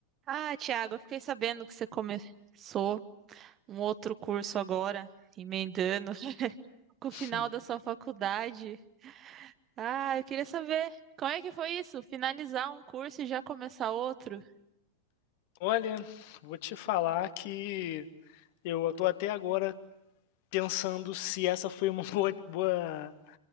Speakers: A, on the right; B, on the left.
A: Ah, Thiago, eu fiquei sabendo que você começou um outro curso agora, emendando <laughs> com o final
B: Hum,
A: da sua faculdade. Ah, eu queria saber como é que foi isso? Finalizar um curso e já começar outro?
B: Olha, vou te falar que eu estou até agora pensando se essa foi uma <laughs> boa, boa-